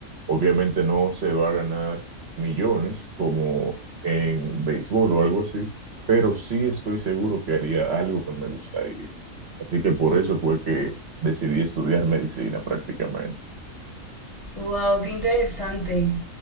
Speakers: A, on the right (about 55°); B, on the left (about 25°).
A: Obviamente no se va a ganar millones como en béisbol o algo así, pero sí estoy seguro que haría algo que me gustaría. Así que por eso fue que decidí estudiar medicina prácticamente.
B: Wow, qué interesante.